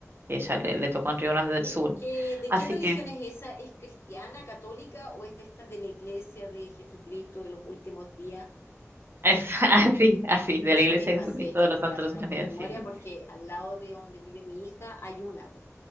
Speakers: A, on the right (about 45°); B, on the left (about 55°).
A: que ella le, le tocó en Río Grande del
B: ¿Qué,
A: Sur.
B: qué, de
A: Así
B: qué religión
A: que
B: es esa? ¿Es cristiana, católica o es de esta de la iglesia de Jesucristo de los últimos días?
A: es <laughs> así, así, de
B: Esa
A: la Iglesia
B: misma,
A: de Jesucristo
B: sí es que
A: de
B: yo
A: los
B: me
A: Santos
B: la
A: de
B: conozco
A: los Últimos Días,
B: en memoria,
A: sí, sí.
B: porque al lado de donde vive mi hija hay una, po.